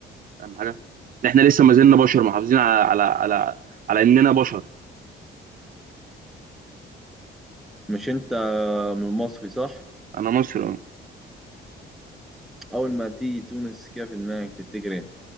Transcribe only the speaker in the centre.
مش أنت من مصري صح؟
أول ما تيجي تونس كده في دماغك تفتكر إيه؟